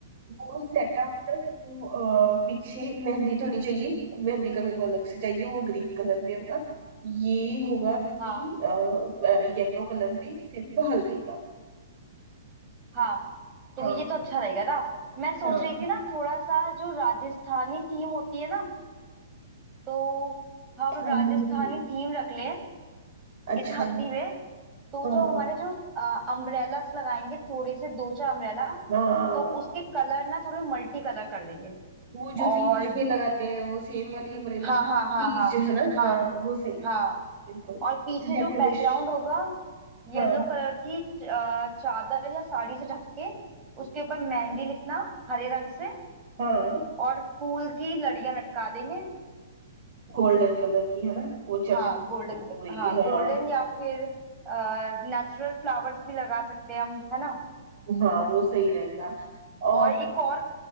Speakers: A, on the right; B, on the right.
A: वो सेटअप ना मेरे को अ, पीछे मेहंदी तो नहीं चाहिए मेहंदी का मेरे को अलग से चाहिए वो ग्रीन कलर में होगा ये होगा
B: हाँ
A: कि येलो कलर में सिर्फ हल्दी का
B: हाँ तो
A: हाँ
B: ये तो अच्छा रहेगा ना मैं सोच
A: हाँ
B: रही थी ना थोड़ा सा जो राजस्थानी थीम होती है ना तो हम
A: राजस्थानी
B: राजस्थानी थीम रख लें
A: अच्छा
B: इस हल्दी में तो
A: हाँ
B: जो हमारे जो अम्ब्रेलास लगाएंगे थोड़े से दो चार अम्ब्रेला
A: हाँ
B: तो उसके कलर ना थोड़े मल्टी कलर कर देंगे
A: वो जो
B: और
A: तीज पे लगाते हैं वो सेम वाली अम्ब्रेला
B: हाँ
A: ना
B: हाँ हाँ
A: तीज
B: हाँ
A: है ना
B: हाँ
A: हाँ वो सही है
B: हाँ
A: बिल्कुल
B: और पीछे
A: उसे
B: जो
A: डेकोरेशन
B: बैकग्राउंड होगा येलो
A: हाँ
B: कलर की च- अ, चादर या साड़ी से ढक के उसके ऊपर मेहंदी लिखना हरे रंग से
A: हाँ
B: और फूल की लड़ियां लटका देंगे
A: गोल्डन कलर की है ना वो चम
B: हाँ गोल्डन
A: वही
B: के हाँ गोल्डन
A: हाँ
B: या फिर नेचुरल फ्लावर्स भी लगा सकते हैं हम है ना
A: हाँ वो सही रहेगा और
B: और एक और